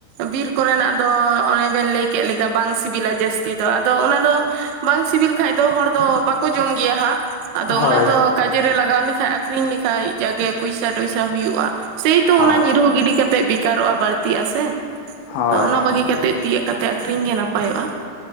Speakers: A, on the right; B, on the left.
A: ᱵᱤᱨ ᱠᱚᱨᱮᱱᱟᱜ ᱫᱚ ᱚᱱᱮ ᱵᱮᱱ ᱞᱟᱹᱭ ᱠᱮᱫ ᱞᱮᱠᱟ ᱵᱟᱝ ᱥᱤᱵᱤᱞᱟ ᱡᱟᱹᱥᱛᱤ ᱫᱚ ᱟᱫᱚ ᱚᱱᱟ ᱫᱚ ᱵᱟᱝ ᱥᱤᱵᱤᱞ ᱠᱷᱟᱡ ᱫᱚ ᱦᱚᱲ ᱫᱚ ᱵᱟᱠᱚ ᱡᱚᱢ ᱜᱮᱭᱟ ᱦᱟᱸᱜ ᱟᱫᱚ
B: ᱦᱳᱭ
A: ᱚᱱᱟ ᱫᱚ ᱠᱟᱡᱮ ᱨᱮ ᱞᱟᱜᱟᱣ ᱞᱮᱠᱷᱟᱡ ᱟ. ᱠᱷᱨᱤᱧ ᱞᱮᱠᱷᱟᱡ ᱡᱟᱜᱮ ᱯᱚᱭᱥᱟ-ᱴᱚᱭᱥᱟ ᱦᱩᱭᱩᱜᱼᱟ᱾ ᱥᱮᱭᱛᱚ
B: ᱦᱳᱭ
A: ᱚᱱᱟ ᱧᱤᱨᱦᱩ ᱜᱤᱰᱤ ᱠᱟᱛᱮᱜ ᱵᱮᱠᱟᱨᱚᱜᱼᱟ ᱵᱟᱹᱲᱛᱤᱜ ᱟᱥᱮ
B: ᱦᱳᱭ
A: ᱛᱚ ᱚᱱᱟ ᱵᱟᱹᱜᱤ ᱠᱟᱛᱮᱜ ᱛᱤᱭᱟᱹᱜ ᱠᱟᱛᱮᱜ᱾ ᱛᱮ ᱟᱠᱷᱨᱤᱧ ᱜᱮ ᱱᱟᱯᱟᱭᱚᱜᱼᱟ᱾